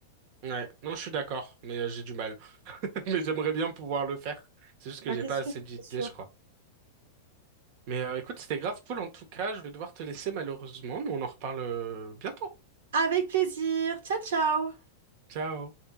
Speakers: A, on the right; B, on the right.
A: Ouais, non, je suis d'accord, mais euh, j'ai du mal. <laughs> Mais j'aimerais bien pouvoir le faire. C'est juste
B: Bah,
A: que j'ai
B: c'est
A: pas
B: sûr,
A: assez d'idées,
B: c'est sûr.
A: je crois. Mais euh, écoute, c'était grave cool en tout cas. Je vais devoir te laisser malheureusement, mais on en reparle euh, bientôt.
B: Avec plaisir. Ciao, ciao!
A: Ciao.